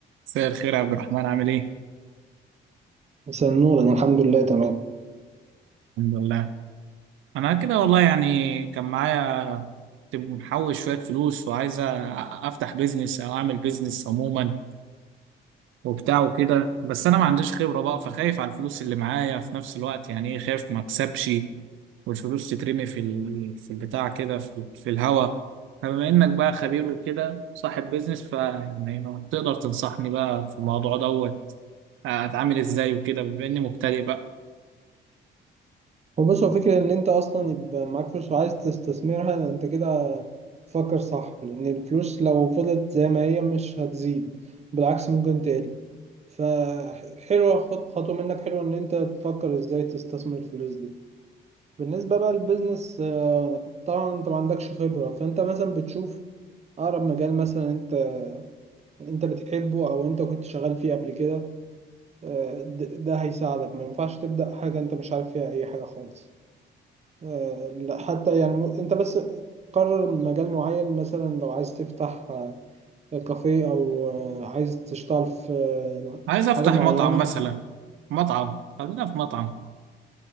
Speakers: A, on the right; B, on the right.
A: مساء الخير يا عبد الرحمن عامل ايه؟
B: مساء النور انا الحمد لله تمام
A: الحمد لله انا كده والله يعني كان معايا كنت محوش شوية فلوس وعايز أ- افتح بيزنس او اعمل بيزنس عموما وبتاع وكده بس انا ما عنديش خبرة بقى فخايف على الفلوس اللي معايا في نفس الوقت يعني ايه خايف ما اكسبش والفلوس تترمي في ال... في البتاع كده في, في الهوا فبما انك بقى خبير وكده صاحب بيزنس فيعني ما تقدر تنصحني بقى في الموضوع دوت اتعامل ازاي وكده بما اني مبتدئ بقى
B: هو بص هو فكرة ان انت اصلا يبقى معاك فلوس وعايز تستثمرها انت كده تفكر صح لان الفلوس لو فضلت زي ما هي مش هتزيد بالعكس ممكن تقل فحلوة خط- خطوة منك حلوة ان انت تفكر ازاي تستثمر الفلوس دي بالنسبة بقى للبيزنس آه، طبعا انت ما عندكش خبرة فانت مثلا بتشوف اقرب مجال مثلا انت انت بتحبه او انت كنت شغال فيه قبل كده آه، د- ده هيساعدك ما ينفعش تبدأ حاجة انت مش عارف فيها اي حاجة خالص آه، لا حتى يعني م- انت بس قرر مجال معين مثلا لو عايز تفتح آه، كافيه او آه، عايز تشتغل في آه،
A: عايز افتح
B: حاجة معينة
A: مطعم مثلا مطعم خلينا في مطعم